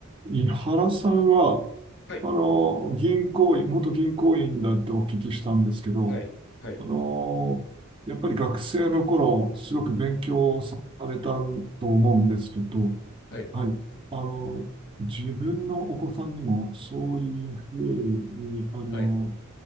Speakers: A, on the right; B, on the left.
A: 井原さんは、
B: はい、
A: あの、銀行員、元銀行員だってお聞きしたんですけど、
B: はい、はい、
A: あの、やっぱり学生の頃、すごく勉強されたと思うんですけど、
B: はい、
A: はい。あの、自分のお子さんにも、そういうふうに、あの、
B: はい、